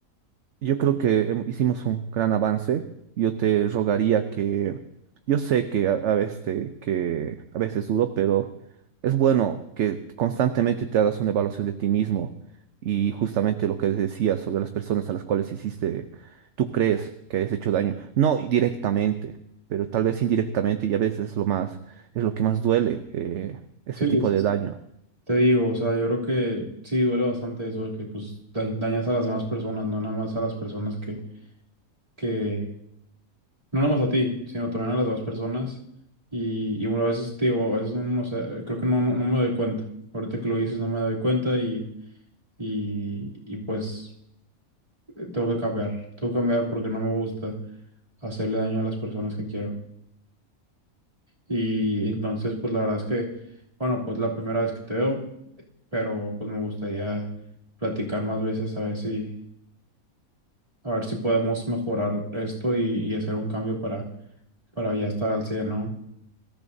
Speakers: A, on the right (about 60°); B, on the right (about 25°).
A: Yo creo que hem- hicimos un gran avance. Yo te rogaría que, yo sé que a, a veces te- que a veces es duro, pero es bueno que constantemente te hagas una evaluación de ti mismo y justamente lo que decías sobre las personas a las cuales hiciste, tú crees que has hecho daño, no directamente, pero tal vez indirectamente y a veces es lo más, es lo que más duele, eh, ese
B: Sí,
A: tipo
B: sí,
A: de
B: sí.
A: daño.
B: te digo, o sea, yo creo que sí duele bastante eso, de que pues da- dañas a las demás personas, no nada más a las personas que, que, No nomás a ti, sino también a las demás personas. Y, y bueno, a veces te digo, a veces no no sé, creo que no, no, no me doy cuenta. Ahorita que lo dices, no me doy cuenta y, y, y pues eh, tengo que cambiar. Tengo que cambiar porque no me gusta hacerle daño a las personas que quiero. Y entonces, pues la verdad es que, bueno, pues la primera vez que te veo, pero pues me gustaría platicar más veces a ver si, a ver si podemos mejorar esto y, y hacer un cambio para, para ya estar al 100, ¿no?